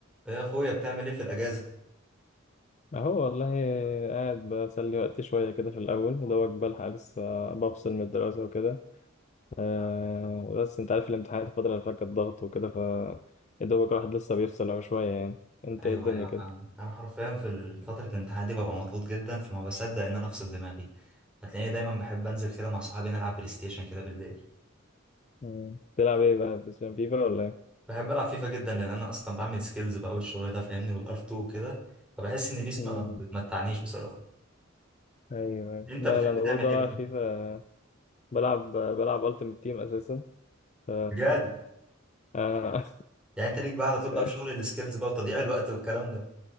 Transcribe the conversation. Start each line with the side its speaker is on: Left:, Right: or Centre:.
Centre: يا اخويا بتعمل ايه في الاجازه
Left: اهو والله قاعد بسلي وقتي شوية كده في الأول يا دوبك بلحق لسه بفصل من الدراسة وكده أه بس أنت عارف الامتحانات الفترة اللي فاتت كانت ضغط وكده ف يا دوبك الواحد لسه بيفصل أهو شوية يعني أنت
Centre: ايوه
Left: إيه الدنيا
Centre: ايوه
Left: كده؟
Centre: فاهم انا حرفيا في فتره الامتحان دي ببقى مضغوط جدا فما بصدق ان انا افصل دماغي هتلاقيني دايما بحب انزل كده مع صحابي نلعب بلاي ستيشن كده بالليل
Left: مم. تلعب إيه بقى بتلعب فيفا ولا إيه؟
Centre: بحب العب فيفا جدا لان انا اصلا بعمل سكيلز بقى والشغل ده فاهمني والار 2 وكده فبحس ان بيس
Left: مم.
Centre: ما ما بتمتعنيش بصراحه
Left: أيوه أيوه
Centre: انت
Left: لا
Centre: بتحب
Left: لا أنا
Centre: تعمل
Left: برضه
Centre: ايه
Left: بلعب
Centre: بقى
Left: فيفا بلعب بلعب ألتيمت تيم أساسا ف
Centre: بجد
Left: آه،
Centre: يعني انت ليك بقى على طول بقى
Left: <laughs>
Centre: في شغل السكيلز بقى وتضييع الوقت والكلام ده